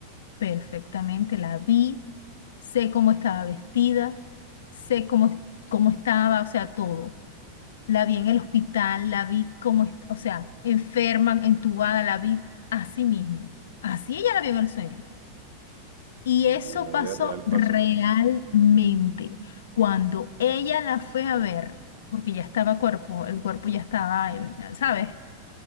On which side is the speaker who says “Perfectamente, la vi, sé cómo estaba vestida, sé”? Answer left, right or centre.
Left